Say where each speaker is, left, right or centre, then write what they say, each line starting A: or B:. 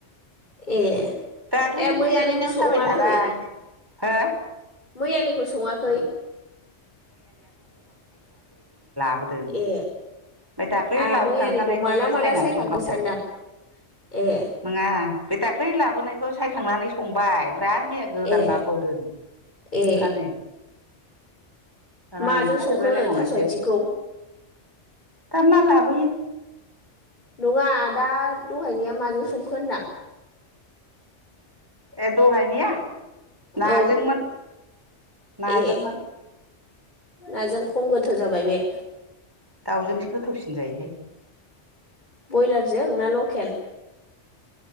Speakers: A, on the left (about 40°); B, on the right (about 20°).
A: ए।
B: दाख्लैनिखौ
A: ए मैयानिखौ
B: जिरायनायाव
A: सङाखै
B: साबाय थादो आं। हो
A: मैयानिखौ सङाखै?
B: बोदों।
A: ए
B: ओमफ्राय दाख्लै
A: आंहा
B: लाबोखांखानायखौसो
A: मैयानिखौ माला माला
B: सायनानै
A: सायखांखो
B: संखांबाय।
A: सानदां ए
B: नङा बे दाख्लै लाबोनायखौ साय खांनानै संबाय <unintelligible> मैया गोदान
A: ए
B: लाबोबावदों मुथानै।
A: ए
B: रानखाजोबलाय
A: माजों संखो
B: लायबावनायसो
A: थास' आथिंखौ?
B: दा मा लाबोयो
A: नङा दा दहायनिया माजों सं खो <unintelligible>
B: ए दहायनिया? नाजोंमोन।
A: औ
B: नाजोंमोन।
A: ए नाजों खम गोथाव जाबाय बे।
B: दाउजोंसो गोथावसिन जायोहाय
A: बयलारजों ना लखेल?